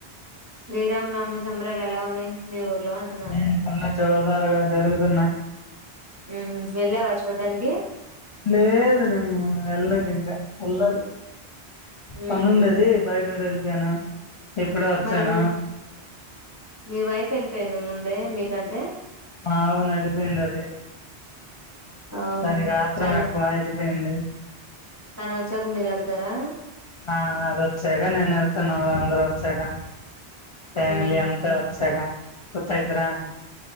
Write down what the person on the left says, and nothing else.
యూ పనులు చాలా త్వరగా జరుగుతున్నాయి
లేదు నేను ఏలేదు ఇంకా ఎల్లాలి
పన్నుండేది బయటూరు వెళ్ళిపోయాను ఇప్పుడు వచ్చాను
అవును వెళ్ళిపోయింది ఆది
దానికి ఆత్రం
ఎక్కువ ఎల్లి పోయింది
ఆ అదొచ్చాక నేను వెళ్తాను అందరు వచ్చాక ఫ్యామిలీ
అంతా చ్చగా గుత్తా అయిదురా